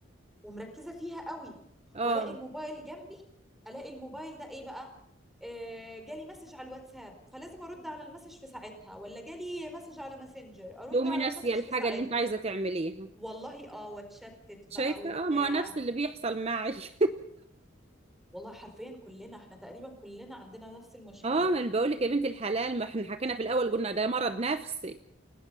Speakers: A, in the centre; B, on the right (about 30°).
A: ومركزه فيها قوي
B: اه
A: والاقي الموبايل جنبي الاقي الموبايل ده ايه بقى آه جالي مسج على الواتساب فلازم ارد على المسج في ساعتها ولا جالي مسج على ماسنجر ارد
B: تقومي
A: على
B: ناسيه
A: المسج
B: الحاجه
A: في ساعتها
B: اللي انت عايزه تعمليها
A: والله اه واتشتت بقى
B: شايفة
A: وبتاع
B: اه ما هو نفس اللي بيحصل معي <laughs>
A: والله حرفيا كلنا احنا تقريبا كلنا عندنا نفس المشكلة
B: اه ما انا بقول لك يا بنت الحلال ما احنا حكينا في الاول قلنا ده مرض نفسي